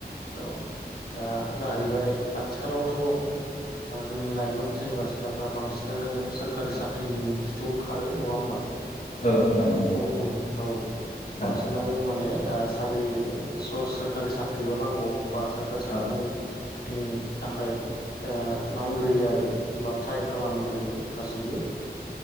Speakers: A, on the left; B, on the left.
A: औ दा जाहैबाय आथिखालावथ' जोंनि लाइमोन सेंग्रा सिख्लाफ्रा बांसिनानो सोरखारि साख्रिनि
B: औ
A: स <unintelligible> थुआवनो खारो नङा होमबा।
B: औ नोंथां नंगौ
A: उन उन औ बांसिनानो
B: औ
A: माने स <unintelligible> लि सोरखारि साख्रिल' नांगौ बा सोरखारि साख्रिनि
B: औ
A: थाखाय नांग्रोयो आरो बा ट्राइ खालामग्रोयो गासिबो